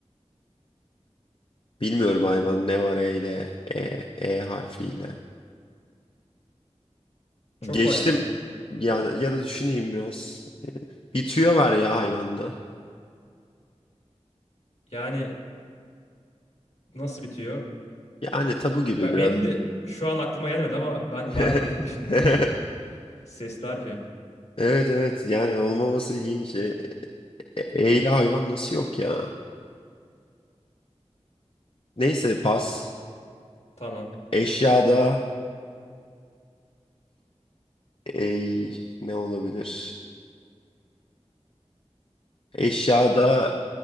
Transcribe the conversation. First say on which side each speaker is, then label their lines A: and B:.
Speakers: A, on the left; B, on the left.
A: bilmiyorum hayvan ne var eyle. E, e harfiyle.
B: Çok
A: Geçtim.
B: var ya.
A: Ya, ya da düşüneyim biraz. Bir tüyo var ya hayvanda.
B: Yani nasıl bitiyor?
A: Yani tabu gibi
B: Ben,
A: biraz.
B: benim de şu an aklıma gelmedi ama ben
A: <laughs>
B: vardır diye <laughs> düşündüm çünkü sesli harf ya.
A: Evet evet yani olmaması ilginç. E, E- Eyle hayvan nasıl yok ya? Neyse pas.
B: Tamam.
A: Eşyada ey ne olabilir? Eşyada